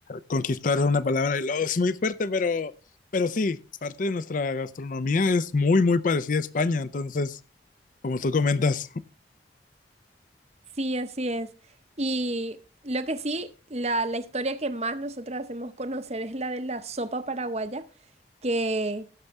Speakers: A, on the left; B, on the right.
A: conquistar es una palabra y luego es muy fuerte, pero, pero sí, parte de nuestra gastronomía es muy, muy parecida a España, entonces, como tú comentas.
B: Sí, así es. Y lo que sí, la, la historia que más nosotros hacemos conocer es la de la sopa paraguaya, que